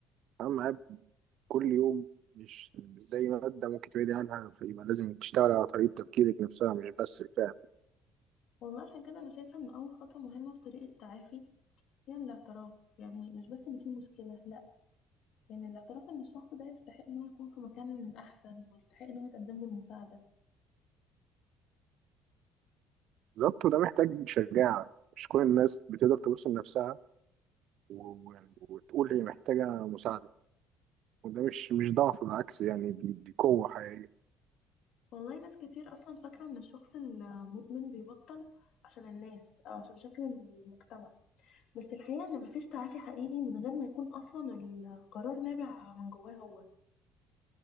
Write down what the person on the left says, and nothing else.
والله عشان كده أنا شايفة إن أول خطوة مهمة في طريق التعافي هي الاعتراف يعني مش بس إن في مشكلة لا يعني الاعتراف إن الشخص ده يستحق إن هو يكون في مكان أحسن ويستحق إن هو يتقدم له المساعدة
والله ناس كتير أصلا فاكرة إن الشخص المدمن بيبطل عشان الناس أو عشان شكل المجتمع بس الحقيقة إن مفيش تعافي حقيقي من غير ما يكون أصلا القرار نابع من جواه هو